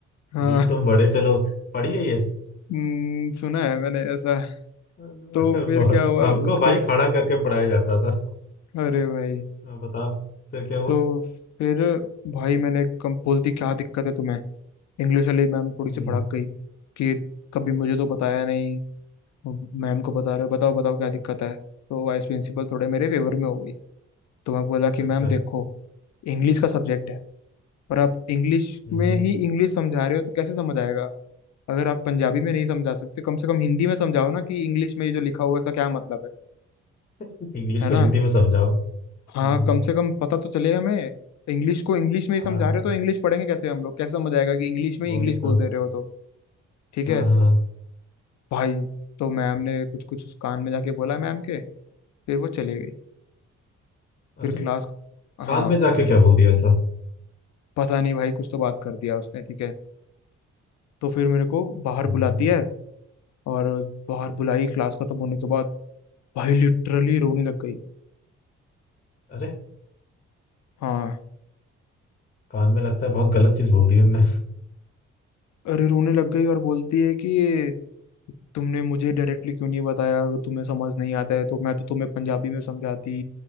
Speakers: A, on the left; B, on the left.
A: हाँ
B: वीर तुम बड़े चलो पढ़ी है ये
A: हम्म, सुना है मैंने ऐसा
B: <laughs> अरे
A: तो फिर
B: बहुत
A: क्या हुआ
B: हमको
A: उसके
B: भाई
A: स-
B: खड़ा करके पढ़ाया जाता था
A: अरे भाई
B: हाँ, बताओ फिर क्या हुआ
A: तो फिर भाई मैंने कम बोलती क्या दिक्कत है तुम्हें इंग्लिश वाली मैम थोड़ी
B: हम्म
A: सी भड़क गई कि कभी मुझे तो बताया नहीं मैम को बता रहे हो बताओ बताओ क्या दिक्कत है तो वाइस प्रिंसिपल थोड़े मेरे फेवर में हो गई तो मैं बोला कि
B: अच्छा
A: मैम देखो इंग्लिश का सब्जेक्ट है और आप इंग्लिश
B: हम्म
A: में ही इंग्लिश समझा रहे हो तो कैसे समझ आएगा अगर आप पंजाबी में नहीं समझा सकते कम से कम हिंदी में समझाओ ना कि इंग्लिश में ये जो लिखा हुआ है इसका क्या मतलब है
B: हम्म। इंग्लिश
A: है
B: को
A: ना
B: हिंदी में समझाओ हम्म
A: हाँ कम से कम पता तो चले हमें इंग्लिश को इंग्लिश में ही
B: हाँ
A: समझा रहे हो तो इंग्लिश पढ़ेंगे कैसे हम लोग कैसे समझ आएगा कि इंग्लिश में
B: वही
A: ही इंग्लिश बोल
B: तो
A: दे रहे हो तो ठीक
B: हाँ
A: है
B: हाँ
A: भाई तो मैम ने कुछ कुछ कान में जाके बोला मैम के फिर वो चली गई
B: अरे
A: फिर क्लास
B: कान
A: हाँ
B: में जाके क्या बोल दिया ऐसा
A: पता नहीं भाई कुछ तो बात कर दिया उसने ठीक है तो फिर मेरे को बाहर
B: हम्म,
A: बुलाती है और बाहर बुलाई क्लास खत्म होने के बाद भाई लिटरली रोने लग गई
B: अरे
A: हाँ
B: कान में लगता है बहुत गलत चीज बोल दी उनने
A: अरे रोने लग गई और बोलती है कि ये तुमने मुझे डायरेक्टली क्यों नहीं बताया अगर तुम्हें समझ नहीं आता है तो मैं तो तुम्हें पंजाबी में समझाती